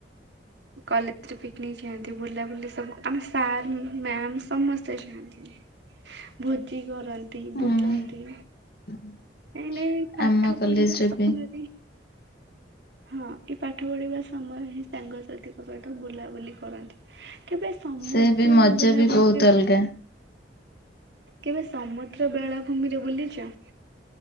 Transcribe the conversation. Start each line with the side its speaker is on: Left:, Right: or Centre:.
Right: କଲେଜ୍ ରେ ପିକନିକ୍ ଯାଆନ୍ତି, ବୁଲା ବୁଲି ସବୁ ଆମ ସାର୍ ମ୍ୟାାମ୍ ସମସ୍ତେ ଯାଆନ୍ତି। ଭୋଜି କରନ୍ତି
Left: ହୁଁ
Right: ବୁଲନ୍ତି।
Left: <inaudible>
Right: ଏଇନେ ଏଇ ପାଠ
Left: ଆମ କଲେଜରେ
Right: ପଢିବା ସମୟ
Left: ବି
Right: ହଁ ଏ ପାଠ ପଢିବା ସମୟ ହିଁ ସାଙ୍ଗସାଥିଙ୍କ ସହିତ ବୁଲାବୁଲି କରନ୍ତି। କେବେ ସମୁଦ୍ର
Left: ସେ ବି ମଜା
Right: ବେଳାଭୂମିରେ
Left: ବି ବହୁତ ଅଲଗା।
Right: କେବେ ସମୁଦ୍ର ବେଳାଭୂମି ରେ ବୁଲିଚ?